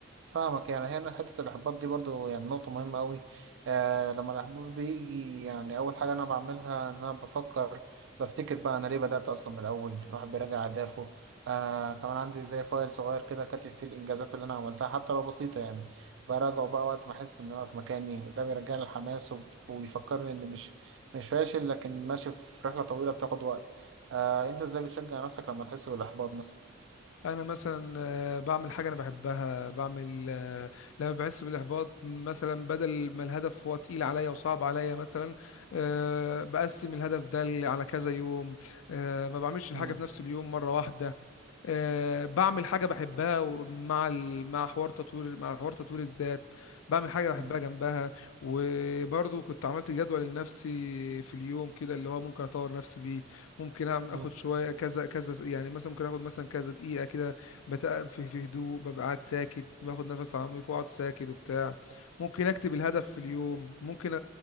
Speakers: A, on the right; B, on the left.
A: فاهمك يعني هنا حتة الإحباط دي برضو يعني نقطة مهمة أوي آه لما الإحباط بيجي يعني أول حاجة أنا بعملها إن أنا بفكر بفتكر بقى أنا ليه بدأت أصلا من الأول الواحد بيراجع أهدافه آه كمان عندي زي فايل صغير كده كاتب فيه الإنجازات اللي أنا عملتها حتى لو بسيطة يعني براجعه بقى وقت ما أحس إن أنا في مكاني ده بيرجعني الحماس وب- ويفكرني إن مش مش فاشل لكن ماشي في رحلة طويلة بتاخد وقت آه أنت إزاي بتشجع نفسك لما تحس بالإحباط مثلا؟
B: انا مثلا آه، بعمل حاجه انا بحبها بعمل آه، لما بحس بالاحباط مثلا بدل ما الهدف هو تقيل عليا وصعب عليا مثلا آه، بقسم الهدف ده ل- على كذا يوم آه، ما بعملش الحاجه
A: مم.
B: في نفس اليوم مره واحده آه، بعمل حاجه بحبها و- مع ال- مع حوار تطوير مع حوار تطوير الذات بعمل حاجه بحبها
A: مم.
B: جنبها وبرضو كنت عملت جدول لنفسي في اليوم كده اللي هو ممكن اطور نفسي بيه ممكن اعمل
A: مم.
B: اخد شويه كذا كذا يعني مثلا ممكن اخد مثلا كذا دقيقه كده بتقف في في هدوء ببقى قاعد ساكت باخد نفس عميق واقعد ساكت وبتاع ممكن اكتب الهدف في اليوم ممكن أ-